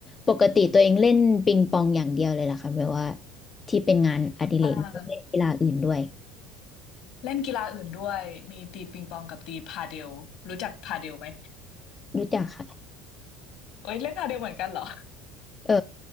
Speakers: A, on the left; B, on the left.
A: ปกติตัวเองเล่นปิงปองอย่างเดียวเลยเหรอคะแบบว่าที่เป็นงานอดิเรกไม่ได้เล่นกีฬาอื่นด้วย
B: อ่าเล่นกีฬาอื่นด้วยมีตีปิงปองกับตีพาเดลรู้จักพาเดลไหม
A: รู้จักค่ะ
B: เอ้ยเล่นพาเดลเหมือนกันเหรอ
A: เออ